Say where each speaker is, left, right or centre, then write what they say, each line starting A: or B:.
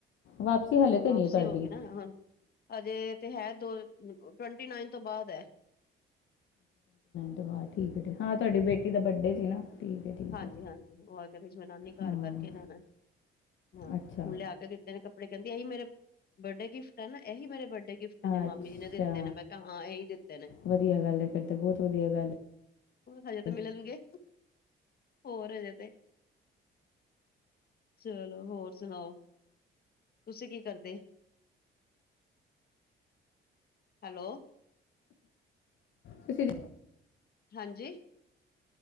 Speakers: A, on the left; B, on the left.
A: ਵਾਪਸੀ ਹਾਲੇ
B: ਹੁਣ
A: ਤਾਂ
B: ਵਾਪਸੀ
A: ਨਹੀਂ ਹੈ ਤੁਹਾਡੀ
B: ਹੋ ਗਈ ਨਾ ਹੁਣ ਹਜੇ ਤੇ ਹੈ, ਦੋ ਟਵੰਟੀ ਨਾਈਨ ਤੋਂ ਬਾਅਦ ਹੈ।
A: ਤੋਂ ਬਾਅਦ ਠੀਕ ਹ ਹਾਂ
B: ਹਾਂਜੀ
A: ਤੁਹਾਡੀ
B: ਹਾਂਜੀ
A: ਬੇਟੀ ਦਾ ਬੱਡੇ ਸੀ ਨਾ ਠੀਕ ਹੈ ਠੀਕ
B: ਹਾਂਜੀ
A: ਹੈ
B: ਹਾਂਜੀ ਘਰ
A: ਹਾਂ।
B: ਕਰਕੇ ਜਾਣਾ ਹੁਣ
A: ਅੱਛਾ
B: ਲਿਆ ਕਦੇ ਤਿੰਨ ਕੱਪੜੇ ਕਹਿੰਦੀ ਮੇਰੇ ਬਰਡੇ ਗਿਫਟ ਪਹਿਲਾਂ ਇਹੀ ਮੇਰੇ ਬਰਡੇ ਗਿਫਟ ਨੇ
A: ਅੱਛਾ
B: ਮਮੀ ਜੀ ਨੇ ਦਿੱਤੇ ਨੇ ਮੈਂ ਕਹਾ ਐ ਹੀ ਦਿੱਤੇ।
A: ਵਧੀਆ ਗੱਲ ਹੈ ਕੱਢ ਤੇ ਬਹੁਤ ਵਧੀਆ ਗੱਲ
B: ਹਜੇ ਤਾਂ
A: ਹੈ
B: ਮਿਲਣਗੇ। ਹੋਰ ਹਜੇ ਤੇ ਚਲੋ ਹੋਰ ਸੁਣਾਓ ਤੁਸੀਂ ਕੀ ਕਰਦੇ? ਹੈਲੋ।
A: ਤੁਸੀਂ।
B: ਹਾਂਜੀ।